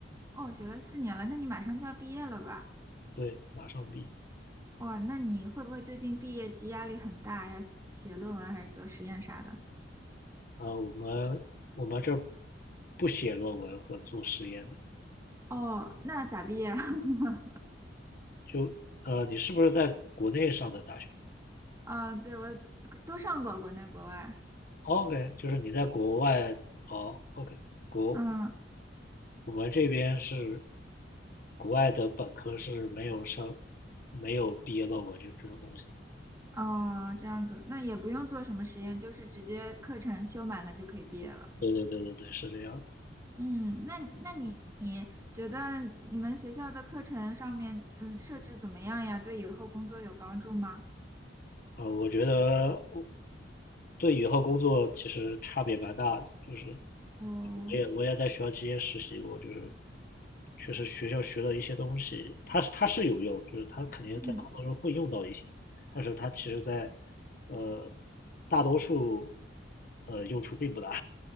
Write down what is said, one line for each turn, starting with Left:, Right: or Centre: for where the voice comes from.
Right: 哦，学了四年了，那你马上就要毕业了吧？
Left: 对，马上毕业。
Right: 哇，那你会不会最近毕业季压力很大，要写论文还是做实验啥的？
Left: 呃，我们我们这儿不写论文和做实验的，
Right: 哦，那咋毕业啊？<laughs>
Left: 就呃，你是不是在国内上的大学
Right: 啊，对，我都上过国内国外，
Left: 哦？OK，就是你在国外哦，OK，国
Right: 嗯
Left: 我们这边是国外的本科是没有上没有毕业论文这这种东西。
Right: 哦，这样子，那也不用做什么实验，就是直接课程修满了就可以毕业了。
Left: 对对对对对，是这样的。
Right: 嗯，那那你你觉得你们学校的课程上面，嗯，设置怎么样呀？对以后工作有帮助吗？
Left: 呃，我觉得我对以后工作其实差别蛮大的，就是
Right: 哦，
Left: 我也我也在学校期间实习过，就是确实学校学的一些东西，它是它是有用，就是它肯定在工作中会用到一些，
Right: 嗯，
Left: 但是它其实在呃大多数呃用处并不大。